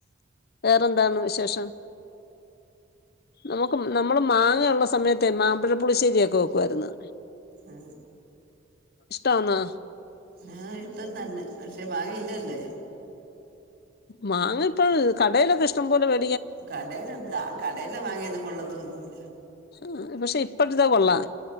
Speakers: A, on the left; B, on the right.
A: വേറെന്താണ് വിശേഷം? നമുക്ക് നമ്മള് മാങ്ങ ഉള്ള സമയത്തെ മാമ്പഴപ്പുളിശ്ശേരിയൊക്കെ വെക്കു ആയിരുന്നു.
B: ആ
A: ഇഷ്ടാന്നാ
B: ഏഹ് ഇഷ്ടം തന്നെ പക്ഷെ മാങ്ങ ഇല്ലല്ലേ.
A: മാങ്ങ ഇപ്പോ കടയിലൊക്കെ ഇഷ്ടം പോലെ വെ
B: കടേല്ണ്ട് ആഹ് കടേലെ മാങ്ങയൊന്നും കൊള്ളത്തൊന്നുംല്ല.
A: ഉം പക്ഷെ ഇപ്പൾത്ത്ത്തെ കൊള്ളാം.